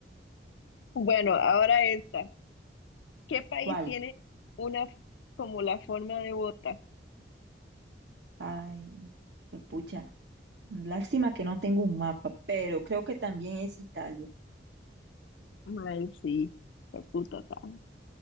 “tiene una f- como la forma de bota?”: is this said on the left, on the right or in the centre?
Left